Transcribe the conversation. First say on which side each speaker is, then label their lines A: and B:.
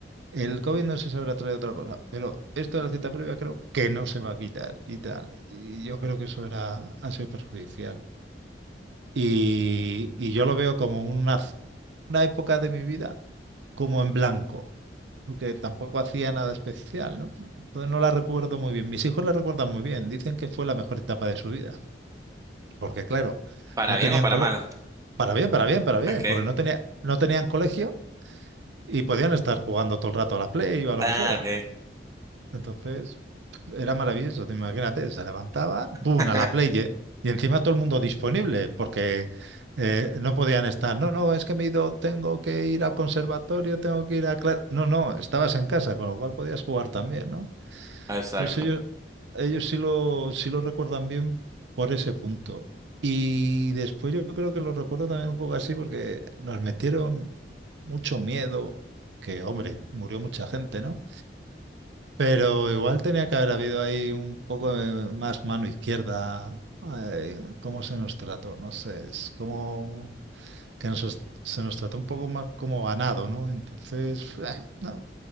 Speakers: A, on the right; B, on the right.
A: el COVID no se sabrá traer otra cosa, pero esto de la cita previa creo que no se va a quitar y tal. Y yo creo que eso era, ha sido perjudicial. Y, y yo lo veo como una, una época de mi vida como en blanco, porque tampoco hacía nada especial, ¿no? Entonces no la recuerdo muy bien. Mis hijos la recuerdan muy bien, dicen que fue la mejor etapa de su vida, porque claro,
B: Para
A: no
B: bien
A: tenían
B: o para
A: cole-
B: mal.
A: para bien, para bien, para bien,
B: Okay.
A: porque no tenía, no tenían colegio y podían estar jugando todo el rato a la Play o a lo
B: Ah,
A: que fuera.
B: okay.
A: Entonces, era maravilloso. te Imagínate, se levantaban,
B: <laughs>
A: ¡pum! a la play. ¿eh? Y encima todo el mundo disponible, porque eh, no podían estar. No, no, es que me he ido, tengo que ir al conservatorio, tengo que ir a clase. No, no, estabas en casa, con lo cual podías jugar también, ¿no?
B: Exacto.
A: Entonces ellos, ellos sí lo, sí lo recuerdan bien por ese punto. Y después yo creo que lo recuerdo también un poco así, porque nos metieron mucho miedo, que, hombre, murió mucha gente, ¿no? Pero igual tenía que haber habido ahí un poco de más mano izquierda. Ay, ¿cómo se nos trató? No sé, es como que nos, se nos trató un poco más como ganado, ¿no? Entonces, <laughs> eh, no.